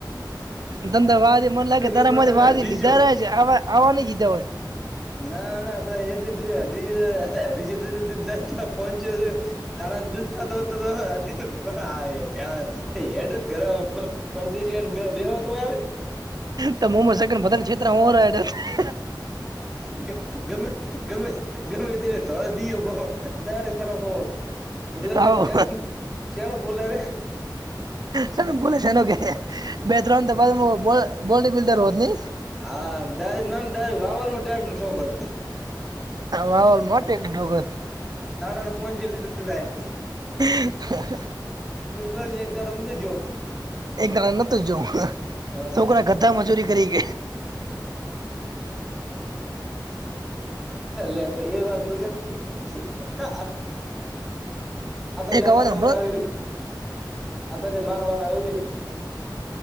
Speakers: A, on the right (about 60°); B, in the centre.
A: ધંધાવાદી મને લાગે તારા
B: એની માટે
A: મારી વાદી
B: અઢીસો
A: લીધા, ર છેવા આવવા નઈ જીધા હોય.
B: ના ના આપણે એટલી બધીડીલડીલ પહોંચ્યો <unintelligible> દાણા દૂધતા તો ત્યાં ય એડ જ ઘર <unintelligible> પરદેશી યન બેહો તય આવી.
A: તો મોમ સગનધ <unintelligible>
B: હ, હા. ગમે, ગમે, ગમે તેને ધોળ દયો, બહુ દરે સડક બોલે છે,
A: આવો
B: ચ ચનો બોલેને.
A: સ બોલે છે કે, બે-ત્રણ તો બાદ બો બોડી બિલ્ડર હોતની.
B: હા ડરેક ના ડ વાવા ટક્ટર છોક <unintelligible>
A: વાવલ મોટે ડોગત
B: ધાડા ન પંચો લીટર થાય.
A: હ.
B: એમ કરજો, એક દારો દાડોંધ જો.
A: એક ગાણા ન જોવું,
B: હા
A: છોકરા ગધા મજૂરી કરી ગ.
B: લેતો એ, વાત ન કે. હા. અત
A: એક
B: લ્યા
A: અવાજ
B: મારા
A: હંભળો
B: મારા વરી અત લ્યા મારા મારા આવે વરી <unintelligible>